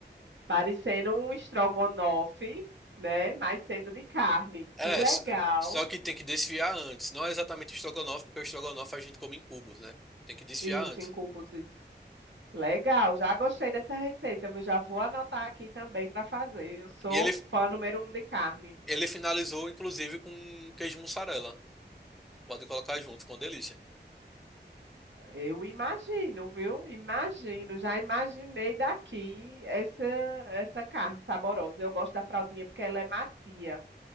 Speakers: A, on the right (about 85°); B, in the centre.
A: parecendo um estrogonofe, né? Mas sendo de carne.
B: É,
A: Que legal.
B: s- só que tem que desfiar antes. Não é exatamente estrogonofe, porque o estrogonofe a gente come em cubos, né? Tem que desfiar
A: Isso,
B: antes.
A: em cubos, isso. Legal, já gostei dessa receita. Eu já vou anotar aqui também para fazer. Eu sou
B: E ele,
A: fã número um de carne.
B: ele finalizou, inclusive, com queijo mussarela. Pode colocar junto, ficou uma delícia.
A: Eu imagino, viu? Imagino, já imaginei daqui essa essa carne saborosa. Eu gosto da fraldinha porque ela é macia.